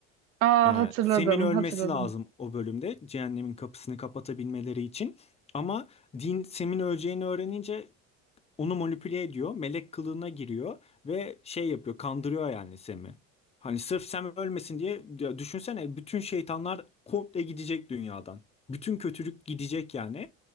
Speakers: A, on the right; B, on the left.
A: Aa
B: E,
A: hatırladım,
B: Sem'in ölmesi
A: hatırladım.
B: lazım o bölümde cehennemin kapısını kapatabilmeleri için. Ama din Sem'in öleceğini öğrenince onu manipüle ediyor. Melek kılığına giriyor ve şey yapıyor, kandırıyor yani Sem'i. Hani sırf Sem ölmesin diye ya düşünsene bütün şeytanlar komple gidecek dünyadan. Bütün kötülük gidecek yani.